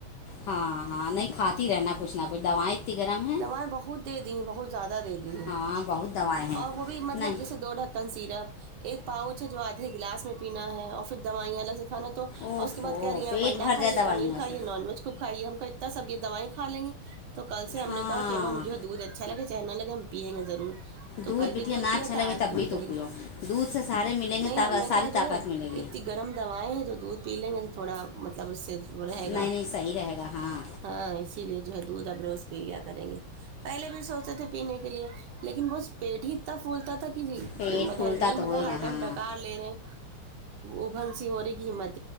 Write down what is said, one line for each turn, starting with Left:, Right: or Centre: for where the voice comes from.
Left: ہاں ہاں نہیں کھاتی رہنا کچھ نہ کچھ دوائیں اتنی گرم ہیں
Right: دوائیں بہت دے دی ہیں بہت زیادہ دے دی ہیں
Left: ہاں بہت دوائیں ہیں
Right: اور وہ بھی مطلب
Left: نہیں
Right: جیسے دو ڈھک ن سیرپ ایک پاؤچ ہے جو آدھے گلاس میں پینا ہے اور پھر دوائیاں الگ سے کھانا <unintelligible> تو
Left: اوف
Right: اور اس کے بد
Left: ہو
Right: کہہ رہی ہیں
Left: پیٹ
Right: آپ انڈا
Left: بھر
Right: کھائیے
Left: جائے دوائیوں
Right: پنیر کھائیے
Left: سے
Right: نان ویج ک کھائیے ہم کو اتنا سب یہ دوائیں کا لیں گے تو کل سے ہم
Left: ہاں
Right: نے کہ اب ہم جو ہے دودھ اچھاگے چہنا لگے ہم پییں گے ضرور تو
Left: دودھ
Right: کل بھی
Left: بٹھیا نہ
Right: پیا
Left: اچھا
Right: تھا
Left: لگے
Right: آج
Left: تب
Right: دودھ
Left: بھی تو
Right: دہی
Left: پو دودھ سے سارے ملیں
Right: نہیں
Left: گے
Right: ہم نے
Left: ساری
Right: کہا جو
Left: طاقتیں
Right: ہے
Left: <inaudible>
Right: اتنی گرم دوائیں ہیں جو دودھ پی لیں گے تو تھوڑا مطلب اس سے رہے
Left: نہیں
Right: گا
Left: نہیں صحیح رہے گا ہاں
Right: ہاں اسی لیے جو ہے دودھ اب روز پی لیا کریں گے پہلے بھی سوچے تھے پینے کے لیے لیکن وہ پیٹ ہی اتنا پھولتا تھا کہ
Left: پیٹ پھولتا
Right: ہضمی مطلب
Left: تو ہوئے
Right: ہر
Left: گا
Right: ٹائم
Left: ہاں
Right: ڈکاار لے رہے ہیں ابن س ہو رہی کی مت <unintelligible>